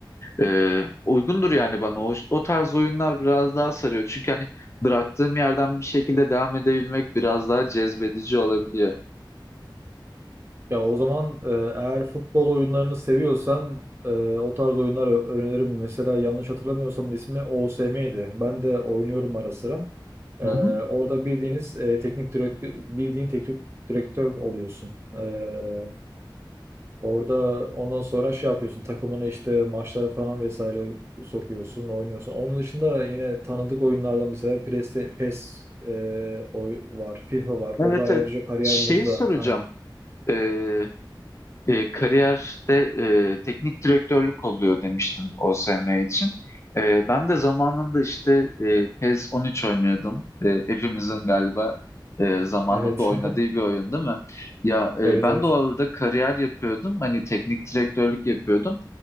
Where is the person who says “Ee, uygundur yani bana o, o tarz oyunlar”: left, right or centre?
Left